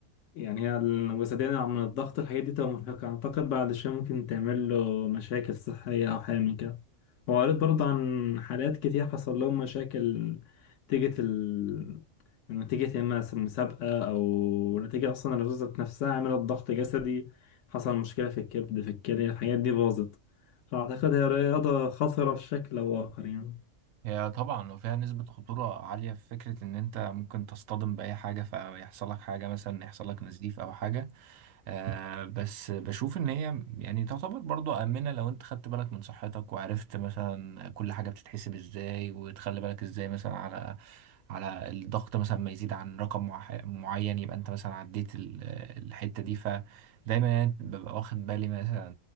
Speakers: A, on the left; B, on the right.
A: يعني هي الوسيدة من الضغط الحاجات دي تبقى مرهقة أعتقد بعد شوية ممكن تعمل له مشاكل صحية أو حاجة من كده وقريت برضه عن حالات كتير حصل لهم مشاكل نتيجة ال نتيجة يا إما مسابقة أو نتيجة أصلا الرزة نفسها عملت ضغط جسدي حصل مشكلة في الكبد في الكلى الحاجات دي باظت فأعتقد هي رياضة خطرة بشكل أو آخر يعني
B: هي طبعا وفيها نسبة خطورة عالية في فكرة ان انت ممكن تصطدم بأي حاجة فيحصل لك حاجة مثلا يحصل لك نزيف او حاجة آه بس بشوف ان هي يعني تعتبر برضو امنه لو انت خدت بالك من صحتك وعرفت مثلا كل حاجه بتتحسب ازاي وتخلي بالك ازاي مثلا على على الضغط مثلا ما يزيد عن رقم معح- معين يبقى انت مثلا عديت ال- الحته دي فدايما يعني ببقى واخد بالي مثلا